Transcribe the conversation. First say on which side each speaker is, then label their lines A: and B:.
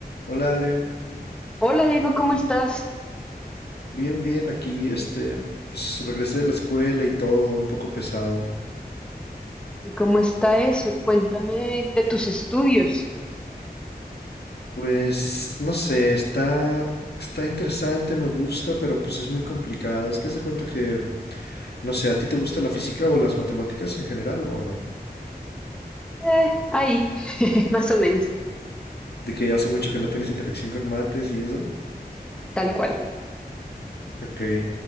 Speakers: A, on the left; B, in the centre.
A: Hola Ale,
B: Hola Diego, ¿cómo estás?
A: bien, bien, aquí, este, pues regresé de la escuela y todo, un poco pesado.
B: ¿Y cómo está eso? Cuéntame de tus estudios.
A: Pues, no sé, está, está interesante, me gusta, pero pues es muy complicado. Es que se cuenta que, no sé, ¿a ti te gusta la física o las matemáticas en general o no?
B: Eh, ahí, <laughs> más o menos,
A: De que hace mucho que no tienes interacción con mates y eso.
B: tal cual.
A: Ok,